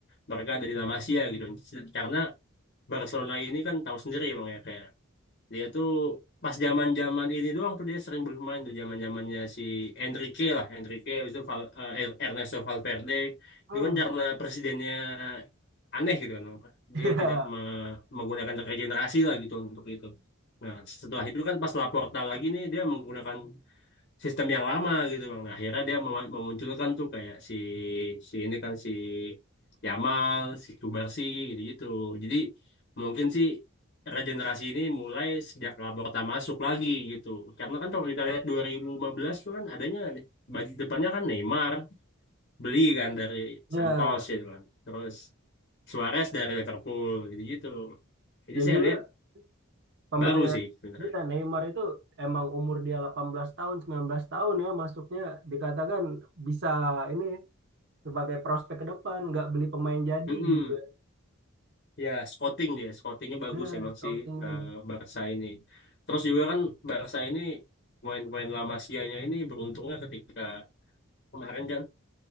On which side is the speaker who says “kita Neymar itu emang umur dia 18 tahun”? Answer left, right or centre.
Right